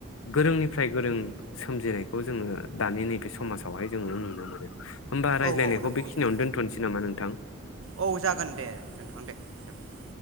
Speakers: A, on the left; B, on the right.
A: गोरोंनिफ्राय गोरों सोमजिनायखौ जोङो दानि नैबे समाजावहाय जोङो नुनो मोनो। होमबा रायज्लायनायखौ
B: औ औ नंगौ
A: बेखनियाव
B: नोंथां
A: दोनथनोसै नामा नोंथां।
B: औ जागोन दे नोंथां दे जागोन औ।